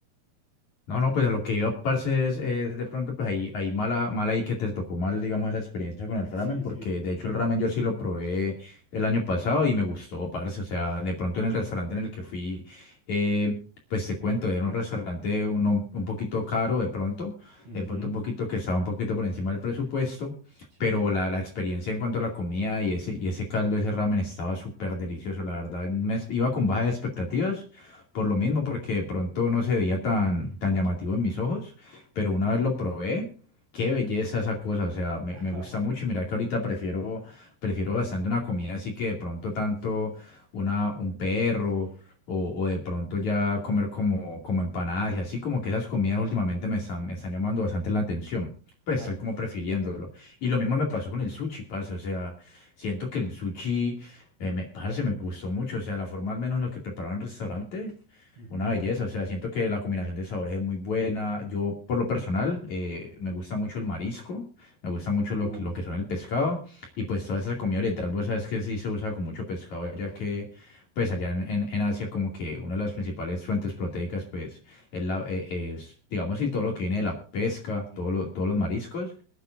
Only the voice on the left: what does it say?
No, no, pues a lo que iba, parce, es, es de pronto, pues ahí, ahí mala, mala ahí que te tocó mal, digamos, esa experiencia con el
ramen,
porque de hecho el ramen yo sí lo probé el año pasado y me gustó, parce, o sea, de pronto en el restaurante en el que fui, eh, pues te cuento, era un restaurante uno, un poquito caro de pronto,
de pronto un poquito que estaba un poquito por encima del presupuesto,
pero la, la experiencia en cuanto a la comida y ese, y ese caldo, ese ramen estaba súper delicioso, la verdad, me, iba con bajas expectativas por lo mismo, porque de pronto no se veía tan, tan llamativo en mis ojos, pero
una vez lo probé, qué belleza esa cosa, o sea, me,
me gusta mucho y mira que ahorita prefiero, prefiero bastante una comida así que de pronto tanto una, un perro o, o de pronto ya comer como, como empanadas y así, como que esas comidas últimamente me están, me están llamando bastante la atención. Pues
estoy como prefiriéndolo. Y lo mismo me pasó con el sushi, parce. O sea, siento que el sushi, eh, me, parce, me gustó mucho. O sea, la forma al menos en la que preparaban el restaurante.
Una belleza, o sea, siento que la combinación de sabores es muy buena. Yo, por lo personal, eh, me gusta mucho el marisco, me gusta mucho
lo, que- lo que son el pescado y pues toda esa comida oriental, vos sabes que sí se usa con mucho pescado, ya que pues allá en, en- en Asia como que una de las principales fuentes proteicas pues es, la, eh, es, digamos, sí, todo lo que viene de la pesca,
todo lo- todos los mariscos